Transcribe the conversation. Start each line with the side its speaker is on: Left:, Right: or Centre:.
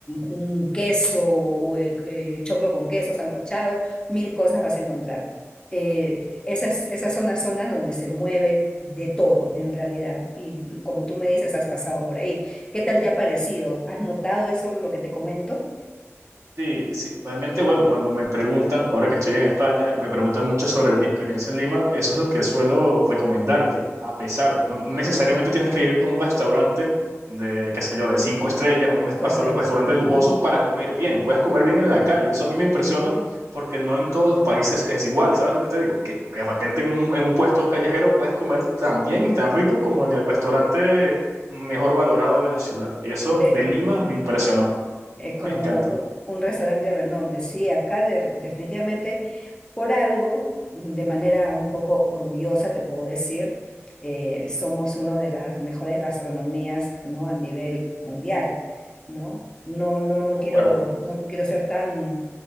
Left: un queso o eh, eh, choclo con queso, sancochado, mil cosas vas a encontrar. Eh, esas, esas son las zonas donde se mueve de todo en realidad. Y como tú me dices, has pasado por ahí. ¿Qué tal te ha parecido? ¿Has notado eso, lo que te comento?
Right: Sí, sí, realmente, bueno, cuando me preguntan, ahora que estoy en España, me preguntan mucho sobre mi experiencia en Lima, eso es lo que suelo recomendar, que a pesar, no necesariamente tienes que ir a un restaurante de, qué sé yo, de cinco estrellas, un restaur-
Left: Correcto.
Right: restaurante lujoso
Left: ujú.
Right: para comer bien, puedes comer bien en la calle, y eso a mí me impresiona porque no en todos los países es igual, ¿sabes lo que te digo? Que, que de repente en un, en un puesto callejero puedes comer tan bien y tan rico como en el restaurante mejor valorado de la ciudad, y eso
Left: De,
Right: de Lima me impresionó,
Left: eh,
Right: <laughs>
Left: como
Right: me encantó,
Left: un, un restaurante de renombre. Sí, acá de- definitivamente por algo, mm, de manera un poco orgullosa, te puedo decir, eh, somos una de las mejores gastronomías, ¿no? A nivel mundial, ¿no? No, no, no
Right: concuerdo.
Left: quiero, no quiero ser tan,